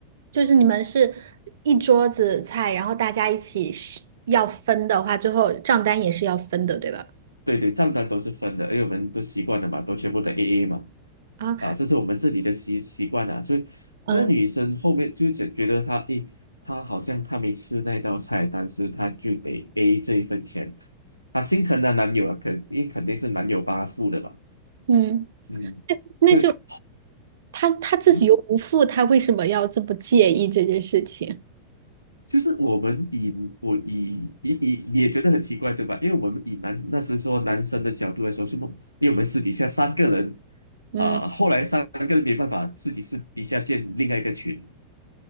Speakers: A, on the right; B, on the left.
A: 就是你们是一桌子菜，然后大家一起是要分的话，最后账单也是要分的，对吧？
B: 对对，账单都是分的，因为我们都习惯了嘛，都全部的 AA 嘛，
A: 啊，
B: 啊，这是我们这里的习习惯啊。所以那个女生后面就觉觉得她，
A: 嗯
B: 诶，她好像她没吃那道菜，但是她就得 A 这一份钱，她心疼她男友啊，肯因为肯定是男友帮她付的嘛，
A: 嗯，
B: 嗯，
A: 那就
B: 所以。
A: 他他自己又不付，
B: 嗯。
A: 他为什么要这么介意这件事情？
B: 就是我们以我以以以你也觉得很奇怪对吧？因为我们以男那时说男生的角度来说，是不？因为我们私底下三个人，
A: 嗯
B: 啊、后来三个人没办法自己私底下建另外一个群，